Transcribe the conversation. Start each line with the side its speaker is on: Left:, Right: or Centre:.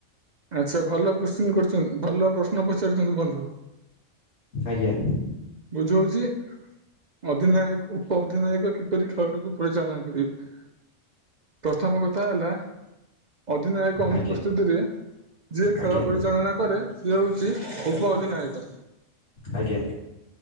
Right: ଆଚ୍ଛା ଭଲ କୋଶ୍ଚି କରିଛନ୍ତି ଭଲ ପ୍ରଶ୍ନ ପଚାରିଛନ୍ତି ବନ୍ଧୁ।
Left: ଆଜ୍ଞା।
Right: ବୁଝଉଛି ଅଧିନାୟକ ଉପ ଅଧିନାୟକ କିପରି ଖେଳଟିକୁ ପରିଚାଳନା କରିବେ। ପ୍ରଥମ କଥା ହେଲା ଅଧିନାୟକ ଅନୁପସ୍ଥିତିରେ
Left: ଆଜ୍ଞା
Right: ଯିଏ
Left: ଆଜ୍ଞା
Right: ଖେଳ ପରିଚାଳନା କରେ ସେ ହଉଛି ଉପ ଅଧିନାୟକ।
Left: ଆଜ୍ଞା